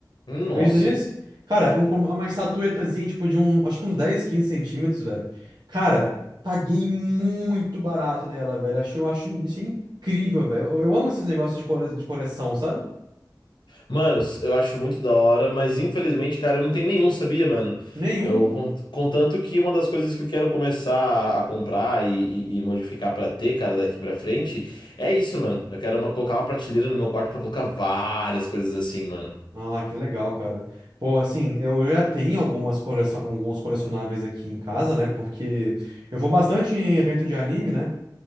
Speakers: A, on the left; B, on the right.
A: Hum,
B: Você
A: Nossa,
B: acredita nisso? Cara, um, uma estatuetazinha, tipo, de um, acho que uns 10, 15 centímetros, velho. Cara, paguei muito barato nela, velho. Achei, eu achei, achei incrível, velho. Eu, eu amo esses negócios de, cole, de coleção, sabe?
A: mano, eu acho muito da hora, mas infelizmente, cara, eu não tenho nenhum, sabia, mano?
B: Nenhum.
A: Eu, con- contanto que uma das coisas que eu quero começar a comprar e, e- e modificar pra ter, cara, daqui pra frente, é isso, mano. Eu quero uma- colocar uma prateleira no meu quarto pra colocar várias coisas assim, mano.
B: Ah, que legal, cara. Pô, assim, eu já tenho algumas coleção, alguns colecionáveis aqui em casa, né? Porque eu vou bastante em evento de anime, né?